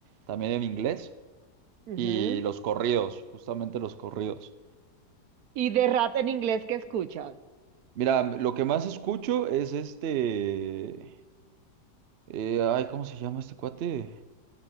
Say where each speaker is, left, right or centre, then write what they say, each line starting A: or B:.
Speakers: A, on the right; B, on the right.
A: también en inglés
B: Ujú.
A: y los corridos, justamente los corridos.
B: ¿Y de rap en inglés qué escuchas?
A: Mira, lo que más escucho es este. Eh, ay, ¿cómo se llama este cuate?